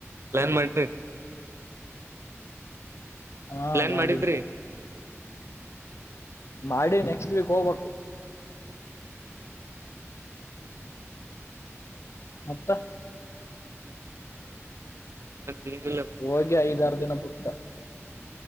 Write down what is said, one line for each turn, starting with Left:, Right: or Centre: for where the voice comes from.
Right: ಎಲ್ಲ್ ಮಾಡ್ತಿ
Left: ಹಾ
Right: ಪ್ಲಾನ್
Left: ಮಾಡಿ
Right: ಮಾಡಿದ್ರಿ
Left: ಮಾಡಿ ನೆಕ್ಸ್ಟ್ ವೀಕ್ ಹೋಗ್ಬೇಕ್ ಮತ್ತ.
Right: ಮತ್ತ್ <unintelligible>
Left: ಹೋಗಿ ಐದಾರು ದಿನ ಬುಟ್ಟ.